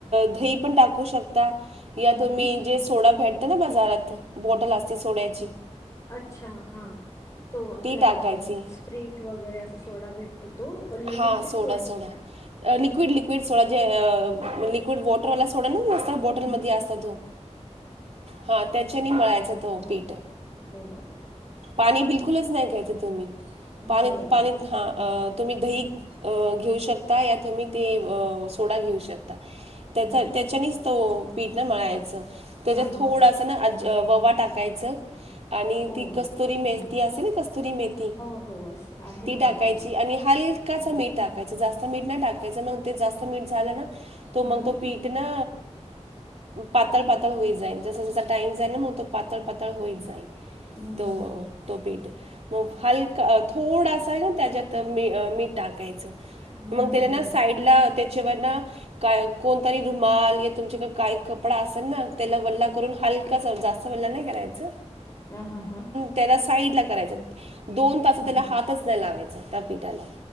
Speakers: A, on the right; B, on the left.
A: दही पण टाक कू शकता. या
B: हम्म
A: तुम्ही जे सोडा भेटता ना बाजारात बॉटल असते सोड्याची
B: अच्छा हा. तो आपला
A: ती टाकायची
B: स्प्र्रीट वगैरे असा सोडा भेटतो तो? ल-
A: हां
B: liquid
A: soda soda liquid liquid soda जे
B: हम्म
A: फुल वॉटर वाला सोडा नाही असंत बॉटल
B: हम्म
A: मध्ये असतो तो हा त्या च्यानी मिळायच तो पीठ.
B: बरोबर.
A: पाणी बिलकुलच नाही घ्यायचं तुम्ही पाणी
B: बरोबर
A: पाणी हां. तुम्ही दही घेऊ शकता या तुम्ही ते सोडा घेऊ शकता.
B: हम्म.
A: त्याच्या त्याच्यानीच तो पीठ न मळायच त्याच्या
B: हा
A: थोडा
B: हा
A: सा ववा टाकायच आणि
B: ओ
A: ती कस्तुरी
B: हम्म
A: मेथी असे ना कस्तुरी मेथी
B: हो हो अस आहे
A: ती
B: माझ्याकडे
A: टाकायची आणि हलका
B: हम्म
A: मीठ टा कायच जास्त मीठ नाही टाकायच मग ते जास्त मीठ झालं ना तो मग
B: हम्म
A: पीठ ना पातळ पातळ होई जाईल जस जचा टाईम जाई ना मग तो पातळ पातळ होई जाईल.
B: हम्म
A: त
B: हम्म
A: तो पीठ मग हलका थोडासा आहे ना, त्याच्यात मी मीठ टाकायचं.
B: हम्म
A: मग
B: हम्म
A: त्याला ना
B: हम्म.
A: साईड. त्याच्यावर ना का कोणतरी रुमाल, या तुमच्याकडे काही कपडा असेल ना? त्याला वल्ला करून हलका जास्त वल्ला नाही करायच.
B: हा, हा, हां.
A: त्याला साईडला कराय, दोन तास
B: हम्म
A: त्याला
B: हम्म
A: हातच नाही लावायच त्या पिठाला.